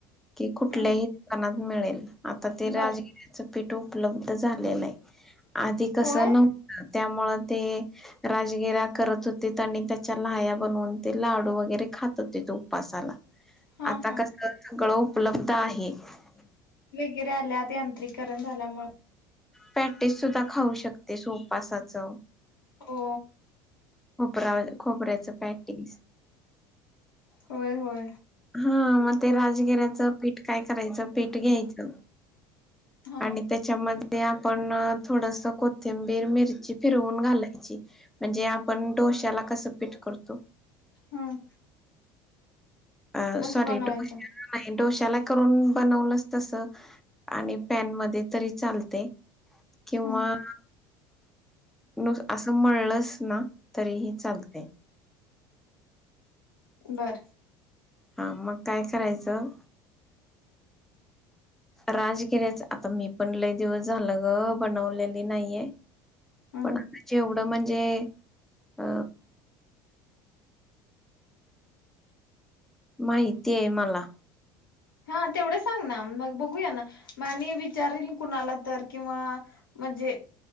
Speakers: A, in the centre; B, on the left.
A: की कुठल्याही
B: हम्म
A: दुकानात मिळेल. आता ते राजगिऱ्याच
B: बर
A: पीठ उपलब्ध झालेलय आधी कसं
B: होय
A: नव्हतं त्यामुळ ते राजगिरा करत होतेत आणि त्याच्या ल्हाया बनवून ते लाडू वगैरे खात होतेत उपासाला
B: हा
A: आता
B: हा
A: <unintelligible> कळव प्लब आहे त
B: इराल्यात ते आत्रिकरण झाल्यामुळे
A: पॅटीस सुद्धा खाऊ शकतेस उपासच
B: हो
A: खोबरा खोबऱ्याच पॅटिस
B: होय होय
A: हा मग ते राजगिऱ्याचं पीठ काय करायचं पीठ घ्यायचं
B: हा
A: आणि त्याच्यामध्ये ते आपण अं थोडस कोथिंबीर मिरची फिरवून घालायची म्हणजे आपण डोश्याला कसं पीठ करतो <inaudible>
B: हम्म
A: अ
B: तसं
A: सॉरी
B: बनवायचं
A: डोश्याला नाही डोश्या त्याला करून बनवलस तस आणि पॅन मध्ये तरी चालते किंवा
B: हम्म
A: न असं मळलस ना तरीही चालतय
B: बर
A: हा मग काय करायचं राजगिर्याच आता मी पण लय दिवस झालं ग बनवलेली नाहीये
B: हम्म
A: पण जेवढ ड म्हणजे अ माहिती हे मला
B: हा तेवढं सांग ना मग बघूया ना मग आणि विचारील कुणाला तर किंवा म्हणजे